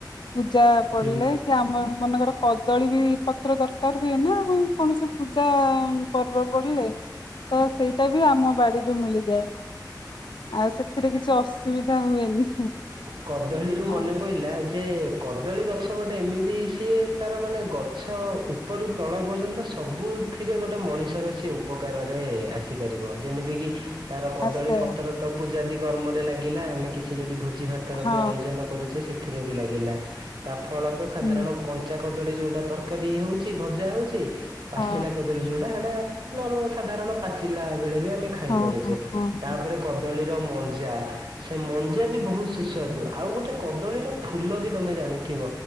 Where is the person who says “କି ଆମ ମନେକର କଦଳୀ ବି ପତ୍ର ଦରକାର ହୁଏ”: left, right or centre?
Left